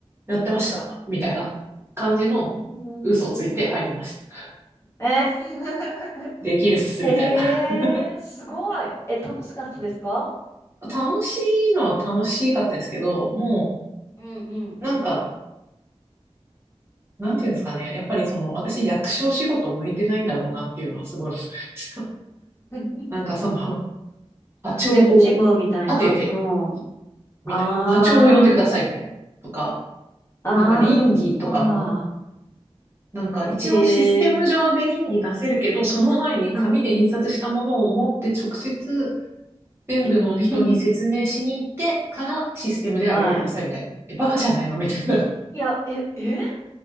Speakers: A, on the right; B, on the left.
A: やってました。みたいな感じの嘘ついて入りました。
B: うんえ <laughs>
A: できるっす、
B: えー、
A: みたいな。<laughs>
B: すごい。え、楽しかったですか
A: 楽しいのは楽しかったですけど、も
B: うん、うん、
A: う、なんか、なんていうんですかね。
B: うん。
A: やっぱりその、私役所仕事向いてないんだろうなっていうのはすごい思いました。
B: <laughs>
A: <laughs> なんかその、課長を立てて、
B: なんかジムみたいな。うん。
A: みたいな。
B: あ
A: 課長を呼んでください、みたいな。とか、
B: あ、
A: なんか倫理とかも、
B: あーあ
A: なんか一応システム上で倫理出せるけど、
B: ー、へえ、
A: その前に紙で印刷したものを持って直接
B: うんうん。
A: 全部の人に説明しに行ってからシステムで上げてくださいみたいな。
B: え <laughs> はい。
A: え、バカじゃないのみたいな。
B: いや、え、えー